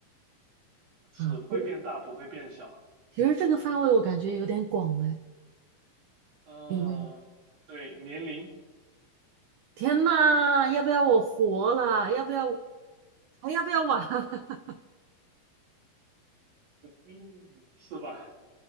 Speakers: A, on the right; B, on the right.
A: 只会变大不会变小。
B: 啊？这个其实这个范围我感觉有点广哎，
A: 嗯、
B: 有没有？
A: 对，年龄。
B: 天呐，要不要我活了？要不要还要不要玩？<laughs>
A: <laughs> 是吧？